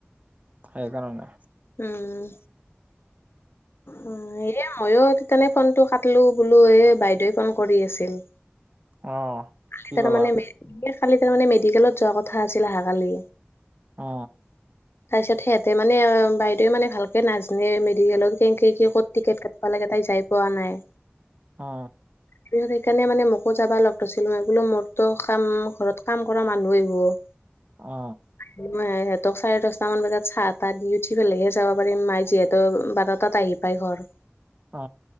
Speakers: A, on the right (about 35°); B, on the left (about 70°).
A: সেই কাৰণে।
B: উম। উম, এ মইও সেইকাৰণে ফোনটো কাটিলো, বোলো, এ বাইদেৱে ফোন কৰি আছিল।
A: অ।
B: কালি
A: কি
B: তাৰ
A: কলা
B: মানে এ, কালি তাৰ মানে মেডিকেলত যোৱা কথা আছিল অহাকালি।
A: অ।
B: <inaudible> তাৰ পিছত, সিহঁতে মানে বাইদেৱে ভালকে নাজানেয়ে মেডিকেলত কেনেকে ক'ত টিকেট কাট লাগে, তাইক যাই পোৱা নাই।
A: অ।
B: <unintelligible> সেইকাৰণে মান মোকো যাবা লগ ধৰিছিল। <unintelligible> মোৰ বোলো, মোৰতো কাম ঘৰত কাম কৰা মানুহে আহিব।
A: অ।
B: <inaudible> সিহঁতক চাৰে দচটা মান বজাত চাহ তাহ দি উঠি পেলাইহে যাব পাৰিম মাই যিয়ে ত বাৰটাত আহি পাই ঘৰ।
A: অ।